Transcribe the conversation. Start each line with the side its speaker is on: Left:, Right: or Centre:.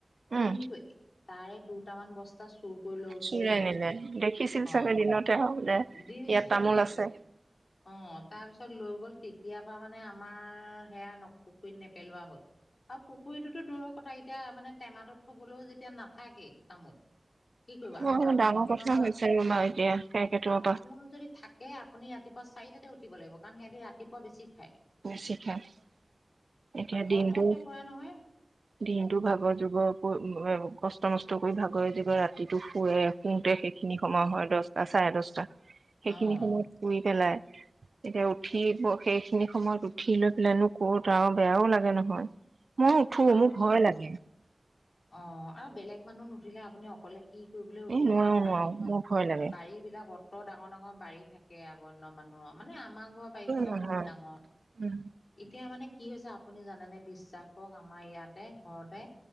Right: উম
Left: কিন্তু তাৰে দুটামান বস্তা চুৰ কৰি লৈ গুচি
Right: চুৰাই
Left: গ'ল,
Right: নিলে দেখিছিল
Left: অ'
Right: চাগে দিনতে আৰু যে
Left: দি
Right: ইয়াত
Left: থাকিলে
Right: তামোল আছে
Left: চাগে। <inaudible> অ' তাৰপিছত লৈ গ'ল, তেতিয়াৰ পৰা মানে আমাৰ সেয়া ন পুখুৰীত নেপেলোৱা হ'ল। আও পুখুৰীটোতো দূৰৰ কথা এতিয়া মানে টেমাটোত থবলৈও যেতিয়া নাথাকেই তামোল কি কৰিব আৰু
Right: বৰ
Left: বাঁহনি
Right: ডাঙৰ
Left: খনৰ
Right: কথা
Left: পৰা
Right: হৈছে ৰ'বা এতিয়া কেৰ্কেটুৱাৰ
Left: আও
Right: পৰা
Left: তামোল যদি থাকে আপুনি ৰাতিপুৱা চাৰিটাতে উঠিব লাগিব কাৰণ সিহঁতে ৰাতিপুৱা বেছি খায়।
Right: <unintelligible> এতিয়া
Left: থল
Right: দিনটো
Left: থলকে পৰে নহয়
Right: দিনটো ভাগৰ যুগৰ উপৰিও কষ্ কষ্ট মষ্ট কৰি ভাগৰে যিগৰে ৰাতিটো শুৱে শুওঁতে সেইখিনি সময় হয় দহটা চাৰে দহটা। সেইখিনি
Left: অ',
Right: সময়ত শুই পেলাই এতিয়া উঠি সেইখিনি। সময়ত উঠি লৈ পেলাইনো ক'ত আৰু বেয়াও লাগে নহয়। মই উঠো
Left: আৰু
Right: মোৰ ভয় লাগে।
Left: অ আৰু বেলেগ মানুহ নুঠিলে আপুনি অকলে কি কৰিবলৈ উঠিব
Right: এই নোৱাৰো
Left: আৰু বাৰীখন
Right: নোৱাৰো মোৰ ভয় লাগে
Left: বাৰী বিলাকত অত ডাঙৰ ডাঙৰ বাৰী থাকে আগৰ দিনৰ মানুহৰ মানে আমাৰ ঘৰ বাৰীখনো
Right: নহয়
Left: বহুত ডাঙৰ
Right: উম
Left: এতিয়া মানে কি হৈছে আপুনি জানেনে বিশ্বাস কৰক আমাৰ ইয়াতে ঘৰতে